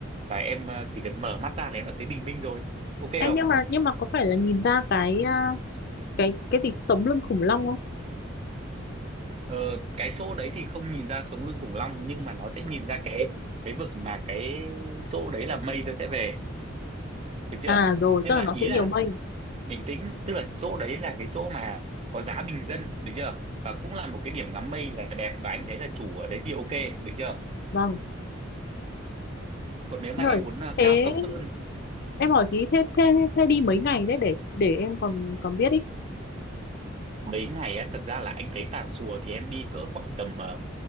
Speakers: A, on the right; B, on the left.
A: và em ờ, chỉ cần mở mắt ra là em đã thấy bình minh rồi ok
B: Ê,
A: không
B: nhưng mà nhưng mà có phải là nhìn ra cái à, cái cái gì sống lưng khủng long không?
A: ờ, cái chỗ đấy thì không nhìn ra sống lưng khủng long nhưng mà nó sẽ nhìn ra cái cái vực mà cái chỗ đấy là mây nó sẽ về được chưa
B: À rồi,
A: nhưng
B: tức là
A: mà
B: nó
A: ý
B: sẽ nhiều
A: là
B: mây.
A: bình tĩnh tức là chỗ đấy là cái chỗ mà có giá bình dân được chưa và cũng là một cái điểm ngắm mây là đẹp và anh thấy là chủ ở đấy thì ok được chưa
B: Vâng.
A: còn nếu mà
B: Rồi.
A: em muốn ờ,
B: Thế
A: cao cấp hơn
B: em hỏi tí thế thế thế đi mấy ngày đấy để để em còn còn biết ý.
A: mấy ngày á thật ra là anh thấy Tà Xùa thì em đi cỡ khoảng tầm ờ,